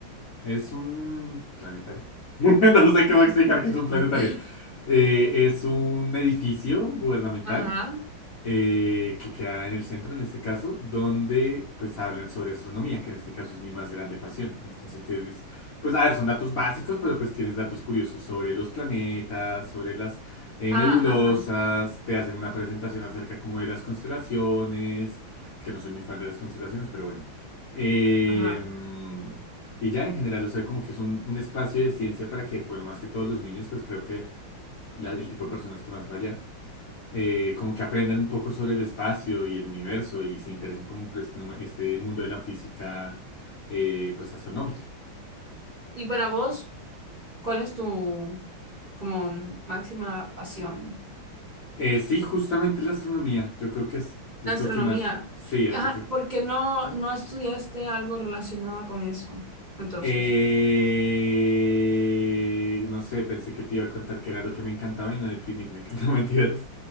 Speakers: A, on the left; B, on the right.
A: Es un planetario. <laughs> No sé cómo explicar que es
B: <laughs>
A: un planetario. Eh, es un edificio gubernamental
B: Ajá,
A: eh, que queda en el centro en este caso, donde pues hablan sobre astronomía, que en este caso es mi más grande pasión. Entonces tienes, pues a ver, son datos básicos, pero pues tienes datos curiosos sobre los planetas, sobre las eh,
B: ah,
A: nebulosas,
B: ajá,
A: te hacen una presentación acerca como de las constelaciones, que no soy muy fan de las constelaciones, pero bueno. Eh,
B: ajá.
A: mm, y ya en general, o sea, como que es un, un espacio de ciencia para que, bueno, más que todos los niños, pues creo que la- el tipo de personas que más vaya eh, como que aprendan un poco sobre el espacio y el universo y se interesen como por este, numa- este mundo de la física, eh, pues astronómica.
B: Y para vos, ¿cuál es tu como máxima pasión?
A: Eh, sí, justamente la astronomía, yo creo que es, es
B: La astronomía.
A: lo que más, sí, es,
B: Ajá,
A: yo creo que...
B: porque no, no estudiaste algo relacionado con eso, entonces.
A: Eh, no sé, pensé que te iba a contar que era lo que me encantaba y no deprimirme, <laughs> no mentiras.